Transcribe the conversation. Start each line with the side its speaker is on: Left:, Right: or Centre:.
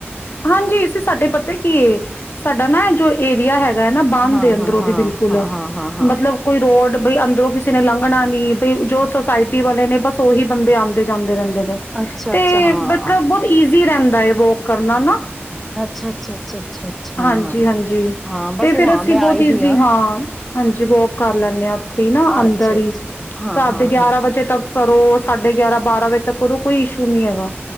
Left: ਹਾਂਜੀ ਅਸੀ ਸਾਡੇ ਪਤਾ ਕੀ ਏ ਸਾਡਾ ਨਾ ਜੋ ਏਰੀਆ ਹੈ ਨਾ ਬੰਦ
Centre: ਹਾਂ
Left: ਅੰਦਰੋਂ
Centre: ਹਾਂ ਹਾਂ
Left: ਦੀ ਬਿਲਕੁਲ
Centre: ਹਾਂ ਹਾਂ ਹਾਂ ਹਾਂ
Left: ਮਤਲਬ ਕੋਈ ਰੋਡ ਬਈ ਅੰਦਰੋਂ ਕਿਸੇ ਨੇ ਲੰਘਣਾ ਨੀ ਬਈ ਜੋ ਸੁੋਸਾਇਟੀ ਵਾਲੇ ਨੇ ਬਸ ਉਹੀ ਬੰਦੇ ਆਂਦੇ ਜਾਂਦੇ ਰਹਿੰਦੇ ਨੇ
Centre: ਅੱਛਾ
Left: ਤੇ
Centre: ਅੱਛਾ ਹਾਂ
Left: ਬਟ ਨਾ ਬਹੁਤ ਈਜ਼ ਵੀ ਰਹਿੰਦਾ ਹੈ ਵੋਕ ਕਰ ਹਨਾ ਨਾ
Centre: ਅੱਛਾ ਅੱਛਾ ਅੱਛਾ ਅੱਛਾ ਅੱਛਾ
Left: ਹਾਂਜੀ-ਹਾਂਜੀ,
Centre: ਹਾਂ ਬਸ
Left: ਤੇ ਫੇਰ
Centre: ਉਹ ਹਾਂ
Left: ਅਸੀਂ
Centre: ਮੈਂ
Left: ਬਹੁਤ
Centre: ਆਈ
Left: ਈਜ਼ੀ
Centre: ਦੀ ਆ
Left: ਹਾਂ, ਹਾਂਜੀ ਵੋਕ ਕਰ ਲੈਂਦੇ ਹਾਂ ਉੱਥੇ ਹੀ ਨਾ ਅੰਦਰ
Centre: ਅੱਛਾ ਅੱਛਾ
Left: ਹੀ,
Centre: ਹਾਂ
Left: ਰਾਤ
Centre: ਹਾਂ
Left: ਗਿਆਰਾਂ
Centre: ਹਾਂ
Left: ਵਜੇ ਤੱਕ ਕਰੋ। ਸਾਡੇ ਗਿਆਰਾਂ ਬਾਰਾਂ ਵਜੇ ਤੱਕ ਕਰੋ ਕੋਈ ਇਸ਼ੂ ਨੀ ਹੈਗਾ।